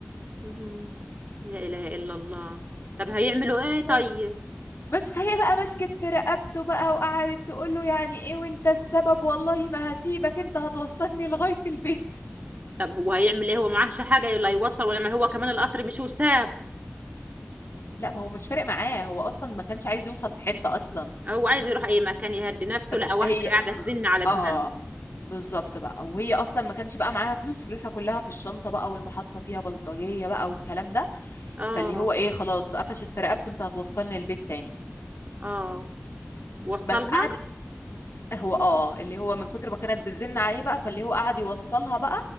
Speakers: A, on the right (about 35°); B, on the left (about 75°).
A: مهم. لا إله إلا الله طب هيعملوا إيه طيب
B: بس بس فهي بقى مسكت في رقبته بقى وقعدت تقول له يعني ايه وانت السبب والله ما هسيبك انت هتوصلني لغاية البيت <laughs>
A: طب هو هيعمل إيه هو معهش حاجة لا يوصل ولا ما هو كمان القطر مش وساب
B: لا ما هو مش فارق معاه هو اصلا ما كانش عايز يوصل في حتة اصلا
A: هو عايز يروح أي مكان يهدي نفسه
B: أب-
A: لقى واحدة
B: هي
A: قاعدة تزن على
B: اه
A: دماغه
B: بالظبط بقى وهي اصلا ما كانش بقى معاها فلوس فلوسها كلها في الشنطة بقى والمحطة فيها بلطجية بقى والكلام ده
A: آه
B: فاللي هو ايه خلاص قفشت في رقبته انت هتوصلني البيت تاني
A: آه وصلها
B: بس قعدت هو اه اللي هو من كتر ما كانت بتزن عليه بقى فاللي هو قعد يوصلها بقى